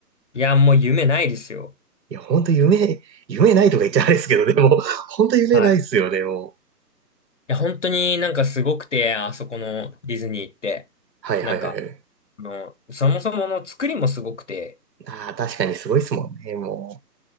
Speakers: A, on the left; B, on the right.
A: いや、もう夢ないですよ。
B: いや、ほんと夢、夢ないとか言っちゃあれですけど、でも、<laughs> ほんと夢ないっすよね、
A: はい。い
B: もう。
A: や、本当になんかすごくて、あそこのディズニー行って。
B: はいはいはい。
A: なんか、あの、そもそもの作りもすごくて、
B: ああ、確かにすごいっすもんね、も